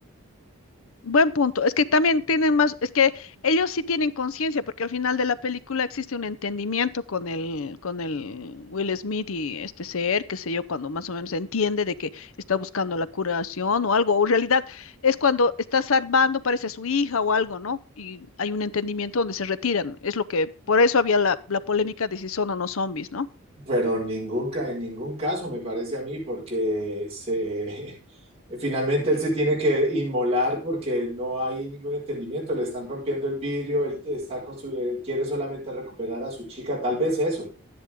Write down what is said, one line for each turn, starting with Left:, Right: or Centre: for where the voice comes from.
Left: Buen punto. Es que también tienen más, es que ellos sí tienen conciencia, porque al final de la película existe un entendimiento con el, con el Will Smith y este ser, qué sé yo, cuando más o menos entiende de que está buscando la curación o algo, o en realidad es cuando está salvando, parece a su hija o algo, ¿no? Y hay un entendimiento donde se retiran. Es lo que, por eso había la, la polémica de si son o no zombies, ¿no?
Right: Pero ningún, ca- en ningún caso me parece a mí porque se, <laughs> finalmente él se tiene que inmolar porque no hay ningún entendimiento, le están rompiendo el vidrio, él está con su, él quiere solamente recuperar a su chica, tal vez eso.